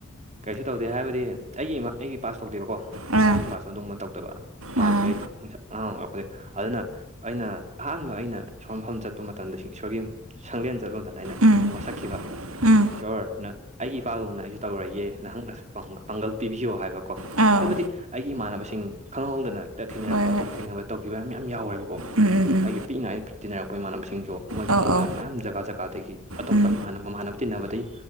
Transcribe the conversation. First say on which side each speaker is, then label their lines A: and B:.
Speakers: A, on the right; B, on the right.
A: ꯀꯩꯁꯨ ꯇꯧꯗꯦ ꯍꯥꯏꯕꯗꯤ ꯑꯩꯒꯤ ꯏꯃꯥ ꯑꯩꯒꯤ ꯄꯥꯁ ꯇꯧꯗꯦꯕꯀꯣ
B: ꯑꯥ
A: ꯑꯩꯒꯤ ꯄꯥꯁ ꯑꯗꯨꯝꯕ ꯇꯧꯗꯕ ꯃꯥꯏꯁꯨ
B: ꯑꯥ
A: ꯍꯦꯛ ꯑꯉꯥꯡꯩ ꯑꯗꯨꯅ ꯑꯩꯅ ꯑꯍꯥꯟꯕ ꯑꯩꯅ ꯏꯁꯣꯔ ꯃꯐꯝ ꯆꯠꯄ ꯃꯇꯝꯗ ꯏꯁꯣꯔꯒꯤ ꯁꯪꯂꯦꯟ ꯆꯠꯂꯗꯅ ꯑꯩꯅ
B: ꯎꯝ
A: ꯋꯥꯁꯛꯈꯤꯕ
B: ꯎꯝ
A: ꯁꯣꯔ ꯅ ꯑꯩꯒꯤ ꯏꯄꯥꯒꯨꯝꯅ ꯑꯩꯁꯨ ꯇꯧꯔꯛꯏꯦ ꯅꯍꯥꯛꯅꯁꯨ ꯄꯥꯡꯒꯜ ꯄꯤꯕꯤꯌꯣ ꯍꯥꯏꯕ ꯀꯣ
B: ꯑꯥꯎ
A: ꯍꯥꯏꯕꯗꯤ ꯑꯩꯒꯤ ꯏꯃꯥꯟꯅꯕꯁꯤꯡ ꯈꯪꯍꯧꯍꯧꯗꯅ ꯍꯦꯛꯇ ꯊꯦꯡꯅꯔꯛꯄ
B: ꯍꯣꯏ
A: ꯄ ꯑꯇꯣꯞꯄ
B: ꯍꯣꯏ
A: ꯊꯦꯡꯅꯕ ꯇꯧꯈꯤꯕ ꯃꯌꯥꯝ ꯌꯥꯎꯔꯦꯕꯀꯣ
B: ꯎꯝ ꯎꯝ ꯎꯝ
A: ꯑꯩꯒꯤ ꯄꯤꯛꯅꯉꯥꯏ ꯇꯤꯟꯅꯔꯛꯄ ꯏꯃꯥꯟꯅꯕꯁꯤꯡꯁꯨ ꯃꯣꯏ
B: ꯑꯧ
A: ꯈꯪꯍꯧꯗꯅ
B: ꯑꯧ
A: ꯃꯌꯥꯝ ꯖꯒꯥ ꯖꯒꯥꯗꯒꯤ ꯑꯇꯣꯞꯄ
B: ꯎꯝ
A: ꯏꯃꯥꯟꯅꯕ ꯃꯃꯥꯟꯅꯕ ꯇꯤꯟꯅꯕꯗꯒꯤ